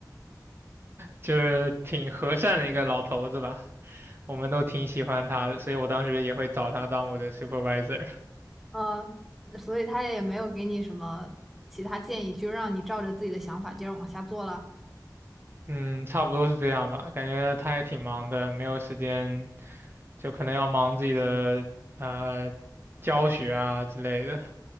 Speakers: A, on the right; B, in the centre.
A: 就是挺和善的一个老头子吧。我们都挺喜欢他的，所以我当时也会找他当我的 supervisor。
B: 呃，所以他也没有给你什么其他建议，就让你照着自己的想法接着往下做了。
A: 嗯，差不多是这样吧，感觉他也挺忙的，没有时间，就可能要忙自己的呃教学啊之类的。